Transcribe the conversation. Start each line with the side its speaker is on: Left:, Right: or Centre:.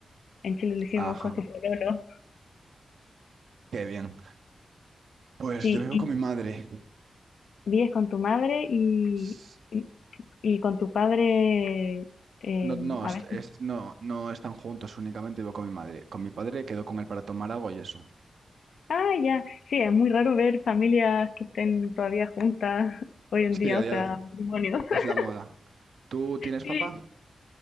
Left: En Chile le decimos
Right: Ajá,
Left: con su pololo.
Right: qué bien. Pues
Left: Sí,
Right: yo vivo
Left: y
Right: con mi madre.
Left: vives con tu madre y,
Right: S-
Left: y, y con tu padre eh,
Right: No, no,
Left: a
Right: es-
Left: veces.
Right: es- no, no están juntos, únicamente vivo con mi madre. Con mi padre quedo con él para tomar algo y eso.
Left: Ah, ya. Sí, es muy raro ver familias que estén todavía juntas <laughs> hoy en día,
Right: Sí, a
Left: o
Right: día
Left: sea,
Right: de...
Left: matrimonios. <laughs>
Right: Es la moda. ¿Tú tienes
Left: Sí,
Right: papá?